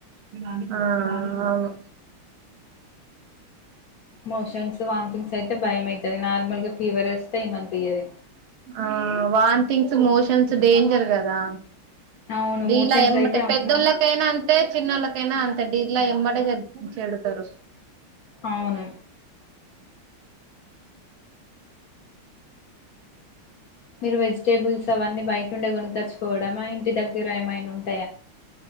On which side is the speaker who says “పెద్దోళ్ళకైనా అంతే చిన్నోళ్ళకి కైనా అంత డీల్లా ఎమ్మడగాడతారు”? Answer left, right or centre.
Right